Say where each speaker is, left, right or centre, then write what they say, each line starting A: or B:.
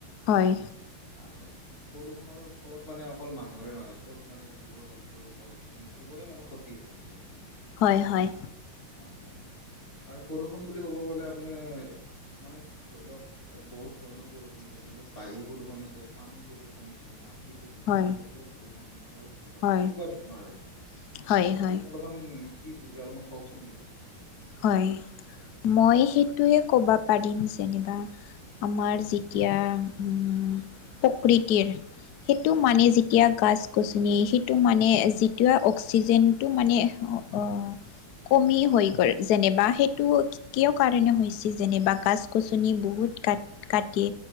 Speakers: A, on the left; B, on the left.
A: হয়।
B: আৰব প্ৰদূষণৰ ফলত মানে অকল মানুহৰে নহয় চব মানে জীৱ-জন্তু, গছ-গছনি চবৰে মানে ক্ষতি হৈ আছে আ <inaudible>
A: হয় হয়।
B: মানে আৰু প্ৰদূষণ বুলি ক'ব গ'লে আপুনি মানে ধৰি লওক বহুত ধৰণৰ প্ৰদূষণ আছে যেনেকে বায়ু প্ৰদূষণ আছে পানী প্ৰদূৰষণ হৈছে মাট- টি প্ৰদূষণ,
A: হয়
B: শব্দ প্ৰদূষণ আৰু ধৰি লওক
A: হয়
B: সেনেকুৱা ধৰণৰ আৰু
A: হয়
B: এতিয়া
A: হয়
B: আপুনি অলপ অলমান কি বুজে অলপমান কওকচোন মোকো?
A: হয় মই সেইটোৱে ক'বা পাৰিম যেনিবা আমাৰ যেতিয়া উম প্ৰকৃতিৰ সেইটো মানে যেতিয়া গাছ-গছনি সেইটো মানে যিটো অক্সিজেনটো মানে অ অ কমি হৈ গ'ল। যেনেবা সেইটো কিয় কাৰণে হৈছে যেনিবা গাছ-গছনি বহুত কাট- কাটি